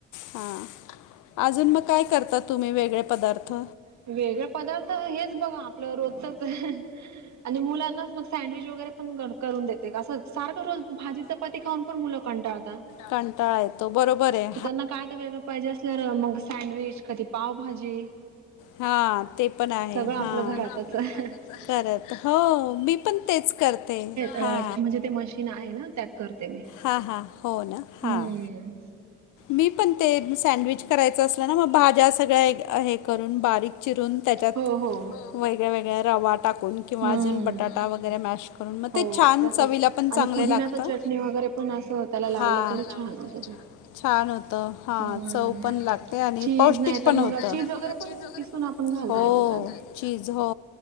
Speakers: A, on the left (about 85°); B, on the right (about 65°).
A: हां, अजून मग काय करता तुम्ही वेगळे पदार्थ?
B: वेगळे पदार्थ हेच बघा आपलं रोजचच. आणि मुलांनाच मग सॅडविच वगैरे पण करतो. करून देते. असं सारखं रोज भाजी चपाती खाऊन पण मुलं कंटाळता.
A: कंटाळा येतो. बरोबर आहे.
B: म त्यांना काय तर वेगळं पाहिजे असल्यावर मग सँडविच कधी पावभाजी.
A: हा. ते पण आहे.
B: सगळं आपलं
A: हां.
B: घरातच
A: करत, हो मी पण तेच करते.
B: रॉड
A: हा
B: म्हणजे ते मशीन आहे ना त्यात. करते मी.
A: हां हां हो ना हां
B: हं.
A: मी पण ते सँडविच करायचं असलं ना म भाज्या सगळ्या एक हे करून, बारीक चिरून त्याच्यात
B: हो हो
A: वेगळ्या वेगळ्या रवा टाकून. किंवा
B: हम्म
A: अजून बटाटा वगैरे मॅश करून. मग
B: हो
A: ते छान
B: तसच
A: चवीला पण चांगले
B: आणि पुदिनाचा
A: लागतं.
B: चटणी वगैरे पण असं त्याला लावलं
A: हां
B: तरी छान होतं ते.
A: छान होतं. छान होतं हां
B: हं.
A: चव पण लागते आणि
B: चीज
A: पौष्टिक
B: नाही
A: पण
B: तर मग
A: होतं
B: चीज वगैरे पण किस सून
A: हो
B: आपण घालता
A: सोबत करता येते
B: येत त्यात.
A: ना. चीज, हो.